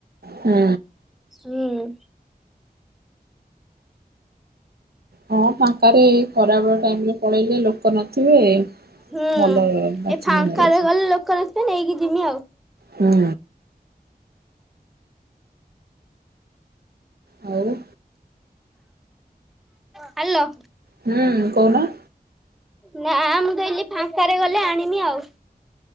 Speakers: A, on the right (about 75°); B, in the centre.
A: ହୁଁ
B: ହୁଁ।
A: ହଁ ଫାଙ୍କାରେ ଖରାବେଳେ ଟାଇମରେ ପଳେଇଲେ ଲୋକ ନଥିବେ
B: ହୁଁ
A: ଭଲ ବାଛିକି
B: ଏ ଫାଙ୍କାରେ
A: ନେଇ ଆସିବ।
B: ଗଲେ ଲୋକ ନଥିବେ ନେଇକି ଯିମି ଆଉ
A: ହୁଁ। ଆଉ ହୁଁ
B: <inaudible> ହାଲୋ।
A: ହୁଁ କହୁନ?
B: ନା ମୁଁ କହିଲି ଫାଙ୍କାରେ ଗଲେ ଆଣିବି ଆଉ